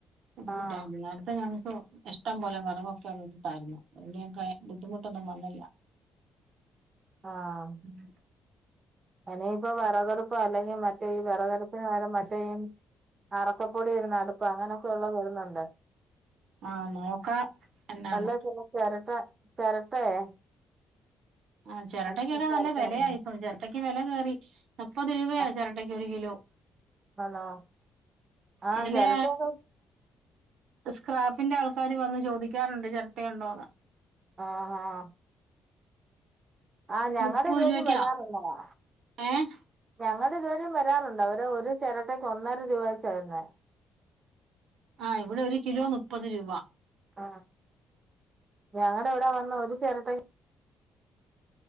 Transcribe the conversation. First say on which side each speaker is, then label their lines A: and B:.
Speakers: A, on the right; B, on the right.
A: ബുദ്ധിമുട്ടായിരുന്നു
B: ആഹ്
A: നേരത്തെ ഞങ്ങക്ക് ഇഷ്ടം പോലെ വിറകൊക്കെ വെട്ടിയിട്ടാരുന്നു അതുകൊണ്ട് ഞങ്ങക്ക് ബുദ്ധിമുട്ടൊന്നും വന്നില്ല <inaudible>
B: ആഹ
A: <inaudible>
B: എനിയിപ്പ വിറകടുപ്പ് അല്ലെങ്കിൽ മറ്റേഈ വിറകടുപ്പിന് പകരം മറ്റേ ഈ അറക്കപ്പൊടി ഇടുന്ന അടുപ്പ് അങ്ങനൊക്കെ ഉള്ളത് വരുന്നുണ്ട്
A: ആഹ നോക്കാം എന്നാന്ന്
B: അല്ലേ പിന്നെ ചിരട്ട ചിരട്ടയെ
A: ആ ചിരട്ടക്കൊക്കെ
B: അടുപ്പ് ചിരട്ട
A: നല്ല വിലയായിപ്പോ
B: അങ്ങനെ
A: ചിരട്ടക്ക് വില കയറി മുപ്പത് രൂപയാ
B: ആ,
A: ചിരട്ടയ്ക്ക് ഒരു കിലോ
B: ആണോ ആഹ്
A: ഇതിനെ
B: ചിരട്ടയൊക്കെ
A: സ്ക്രാപ്പിന്റെ ആൾക്കാര് വന്ന് ചോദിക്കാറുണ്ട് ചിരട്ടയുണ്ടോന്ന്
B: ആഹ ആഹ ആഹ ഞങ്ങളുടെ
A: മുപ്പത്
B: ജോലി
A: രൂപക്കാ
B: വരാനുള്ളതാ
A: ഏഹ്
B: ഞങ്ങടെ ഇതുവഴിയും വരാറുണ്ട് അവര് ഒരു ചിരട്ടക്ക് ഒന്നാര രൂപ വച്ചായിരുന്നേ
A: ആഹ് ഇവിടെ ഒരു കിലോ മുപ്പത് രൂപ
B: ആ ഞങ്ങടെ ഇവിട വന്ന് ഒരു ചെരട്ട